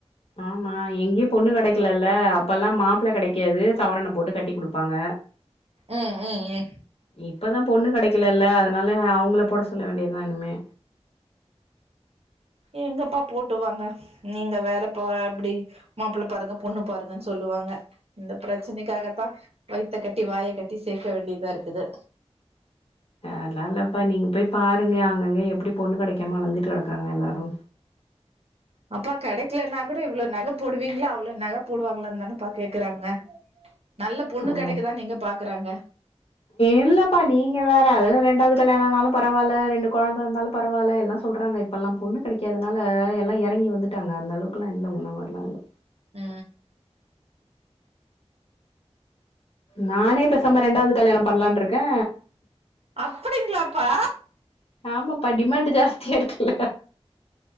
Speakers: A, on the left; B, on the right.
A: ஆமா எங்கேயு பொண்ணு கெடக்கெல்லல அப்பல்லா மாப்பள்ள கெடக்காது சவரன போட்டு கட்டி குடுப்பாங்க
B: அ அ அஹ்
A: இப்பதா பொண்ணு கெடக்கலல்ல அத்னால அவங்கள போட சொல்ல வேண்டியதுதா இன்மே
B: எங்கப்பா போட்டுவாங்க நீங்க வேறப்பா அப்டி மாப்புள்ள பாருங்க‌ பொண்ணு பாருங்கன்னு சொல்லுவாங்க இந்த ப்ரச்சனைக்காகத்தா வயித்த கட்டி வாய கட்டி சேக்க வேண்டியதாருக்குது
A: அத்ல்லாம் இல்லப்பா நீங்க போய் பாருங்க அங்கங்க எப்டி பொண்ணு கெடக்காம அலஞ்சிட்டு கெடக்காங்க எல்லாரு
B: அப்பா கெடக்கலன்னா கூட இவ்ளோ நக போடுவீங்களா அவ்ளோ நக போடுவாங்களான்னு தானப்பா கேக்குறாங்க நல்ல பொண்ணு
A: ஆ
B: கெடக்குதான்னு எங்க பாக்குறாங்க
A: இல்லப்பா நீங்க வேற அதுல ரெண்டாவது கல்யாணம் ஆனாலு பரவால்ல ரெண்டு கொழந்த வந்தாலு பரவால்ல எல்லா சொல்றாங்க இப்பல்லாம் பொண்ணு கெடைக்காததுனால எல்லா எறங்கி வந்துட்டாங்க அந்தளவுக்குலா இல்ல முன்ன மாறிலா இல்ல
B: ம்
A: நானே பெசாம ரெண்டாவ்து கல்யாணோ பண்ணலாம்னு இருக்கே
B: அப்டிங்களாப்பா
A: ஆமாப்பா டிமாண்ட்டு ஜாஸ்தியா இருக்குல்ல